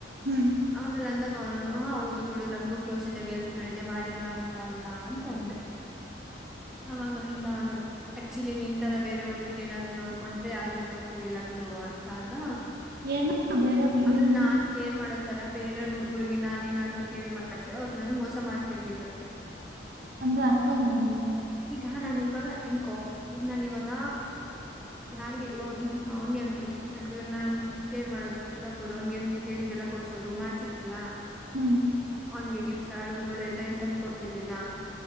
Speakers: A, on the right; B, in the centre.
A: ಹ್ಮ್
B: ಆಮೇಲೆ ಅಂದಾಗ ಅವನು ಹಾ ಹೌದು ಬಿಡು ನನ್ಗೂ ಕ್ಲೋಸ್ ಇದಾಗ ಎಲ್ತ್ ಮಾಡಿದ್ದೆ ಮಾಡಿಲ್ಲಾ ಅಂತ ಅಲ್ಲ ಅಂತ ಅಂದೆ. ಆವಾಗ್ ಅಂದ ಅವ್ನು. ಆಕ್ಚುಲಿ ನೀನ್ ತರ ಬೇರೆ ಹುಡ್ಗಿ ಏನಾದ್ರು ನೋಡ್ಕೊಂಡ್ರೆ ಯಾರು ಬಿಟ್ಟು ಹೋಗ್ತಿರ್ಲಲ್ಲ ಬಿಡು ಅಂತ ಅಂದ.
A: ಏನೋ ಬೇರೆ ಹುಡುಗಿರು
B: ಅಂದ್ರೆ ನಾನ್ ಕೇರ್ ಮಾಡೋತರ ಬೇರೆಯ್ರ ಹುಡ್ಗರ್ರಿಗೆ ನಾನು ನಾದ್ರು ಕೇರ್ ಮಾಡಿದ್ರೆ ಅವ್ರು ನನ್ ಮೋಸ ಮಾಡತಿರ್ಲಿಲ್ಲಂತೆ. <inaudible>
A: ಅಂದ್ರೆ ಅರ್ಥ ಆಗಿಲ್ಲ ನನ್ಗೆ
B: ಈಗ ನಾನ್ ಇವಾಗ ಇನ್ಕೊ ಈಗ ನಾನ್ ಇವಾಗ ಯಾರ್ಗೆ ಅವ್ನಾಗೆ ಅನ್ಕೊಳ್ಕಿದ ಅನ್ಕೋಳ್ಬೇಕಾಗ ನಾನ್ ಅವ ಕೇರ್ ಮಾಡೋದು ದುಡ್ಡು ಹಾಕೋದು ಅವ್ನ್ಗೆ ಕೇಳಿದೆಲ್ಲ ಕೊಡ್ಸೋದು. ಮಾಡ್ತಿದ್ಲ
A: ಹ್ಮ್
B: ಅವನ್ಗೆ ಗಿಫ್ಟ್ ಆಡು ಮೂಳು ಎನ್ ತಂದ ಕೊಡ್ತಿರ್ಲಿಲ್ಲಾ.